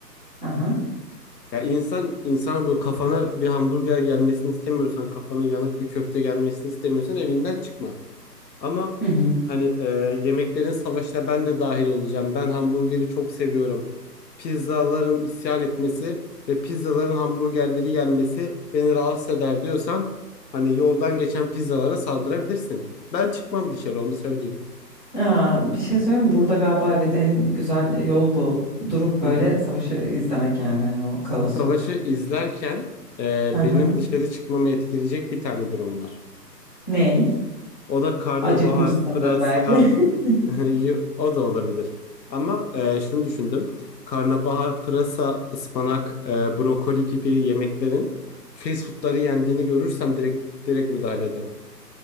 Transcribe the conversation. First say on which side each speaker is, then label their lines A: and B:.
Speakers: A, on the left; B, on the left.
A: Aha.
B: Ya insan insan böyle kafana bir hamburger gelmesini istemiyorsan, kafana yanık bir köfte gelmesini istemiyorsan evinden çıkma. Ama
A: Hı hı.
B: hani e, yemeklerin savaşına ben de dahil olacağım. Ben hamburgeri çok seviyorum. Pizzaların isyan etmesi ve pizzaların hamburgerleri yenmesi beni rahatsız eder diyorsan hani yoldan geçen pizzalara saldırabilirsin. Ben çıkmam dışarı onu söyleyeyim.
A: Ya, bir şey söyleyeyim mi? Burada galiba evet en güzel yol bu. Durup böyle
B: Hı hı.
A: savaşı izlemek yani hani o kaosu.
B: Savaşı izlerken e,
A: Aha.
B: benim dışarı çıkmamı etkileyecek bir tane durum var.
A: Ney?
B: O da karnabahar,
A: Acıkmışsındır
B: pırasa,
A: belki. <laughs>
B: <laughs> y- o da olabilir. Ama e, şunu düşündüm. Karnabahar, pırasa, ıspanak, e, brokoli gibi yemeklerin fast foodları yendiğini görürsem direkt direkt müdahale ederim.